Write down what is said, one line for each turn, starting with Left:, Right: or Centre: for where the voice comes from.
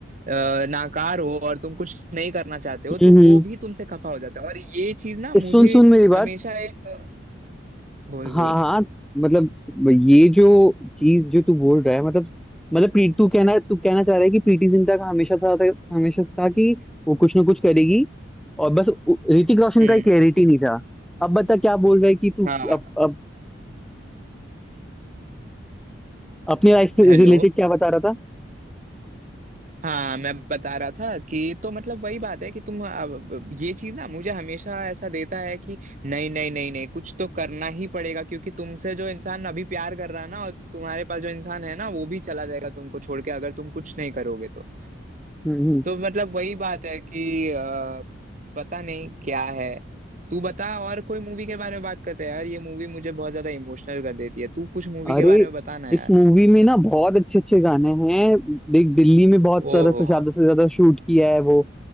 Right: अ, नाकार हो और तुम कुछ नहीं करना चाहते हो तो
Centre: हम्म
Right: वो भी तुमसे खफा हो जाता है और ये चीज ना मुझे
Centre: सुन सुन मेरी बात
Right: हमेशा एक बोल
Centre: हाँ
Right: बोल
Centre: हाँ मतलब ये जो चीज जो तू बोल रहा है मतलब मतलब प्री तू कहना तू कहना चाह रहा है कि प्रीति जिंटा का हमेशा था था- हमेशा था कि वो कुछ ना कुछ करेगी और बस उ- ऋतिक रोशन
Right: हम्म
Centre: का एक क्लैरिटी नहीं था अब बता क्या बोल रहा है कि तू
Right: हाँ
Centre: अब, अब अपने लाइफ से
Right: हेलो
Centre: रिलेटेड क्या बता रहा था
Right: हाँ मैं बता रहा था कि तो मतलब वही बात है कि तुम अब अब ये चीज ना मुझे हमेशा ऐसा देता है कि नहीं नहीं नहीं नहीं कुछ तो करना ही पड़ेगा क्योंकि तुमसे जो इंसान अभी प्यार कर रहा है ना और तुम्हारे पास जो इंसान है ना वो भी चला जाएगा तुमको छोड़ के अगर तुम कुछ नहीं करोगे तो
Centre: हम्म
Right: तो मतलब वही बात है कि अ, पता नहीं क्या है तू बता और कोई मूवी के बारे में बात करते हैं यार ये मूवी मुझे बहुत ज्यादा इमोशनल कर देती है तू कुछ मूवी
Centre: अरे
Right: के बारे में बता ना
Centre: इस
Right: यार
Centre: मूवी में ना बहुत अच्छे अच्छे गाने हैं देख दिल्ली में बहुत सारा
Right: ओहो
Centre: से ज्यादा से ज्यादा शूट किया है वो